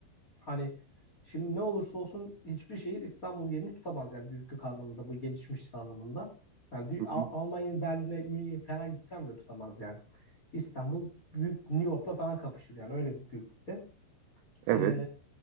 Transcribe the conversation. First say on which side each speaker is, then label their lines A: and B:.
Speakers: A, on the left (about 20°); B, on the right (about 85°).
A: Hani şimdi ne olursa olsun hiçbir şehir İstanbul'un yerini tutamaz yani büyüklük anlamında, bu gelişmişlik anlamında. Yani dü-
B: hı
A: Al-
B: hı.
A: Almanya'nın Berlin'e, Münih'e falan gitsem bile tutamaz yani. İstanbul büyük New York'la falan kapışır yani öyle bir büyüklükte.
B: Evet.
A: Ee,